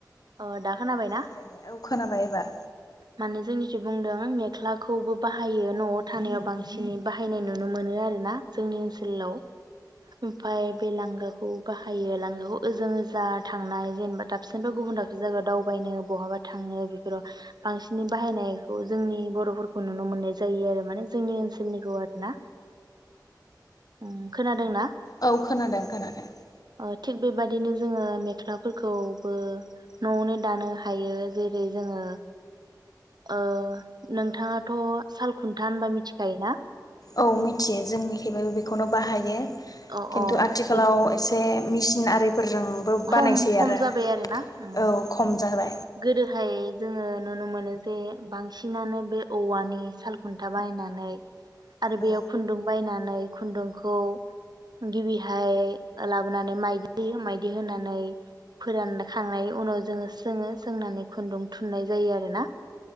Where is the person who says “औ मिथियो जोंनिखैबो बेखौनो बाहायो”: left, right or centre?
Left